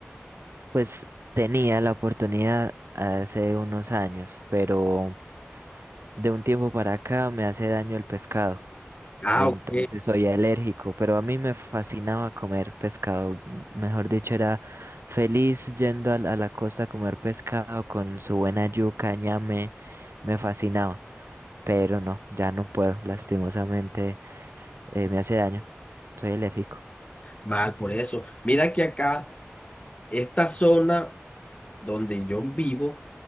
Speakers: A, on the right; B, on the left.
A: Pues tenía la oportunidad hace unos años, pero de un tiempo para acá me hace daño el pescado.
B: Ah,
A: Entonces
B: ok,
A: soy alérgico, pero a mí me fascinaba comer pescado. m- Mejor dicho, era feliz yendo a la, a la costa a comer pescado con su buena yuca, ñame. Me fascinaba. Pero no, ya no puedo, lastimosamente eh, me hace daño, soy alérgico.
B: mal por eso. Mira que acá, esta zona. donde yo vivo